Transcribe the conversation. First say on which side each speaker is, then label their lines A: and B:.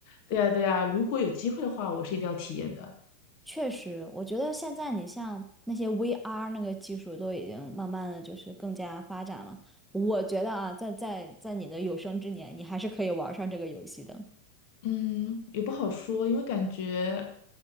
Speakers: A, on the left; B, in the centre.
A: 对呀，对呀，如果有机会的话，我是一定要体验的。
B: 确实，我觉得现在你像那些 VR 那个技术都已经慢慢的就是更加发展了。我觉得啊，在在在你的有生之年，你还是可以玩上这个游戏的。
A: 嗯，也不好说，因为感觉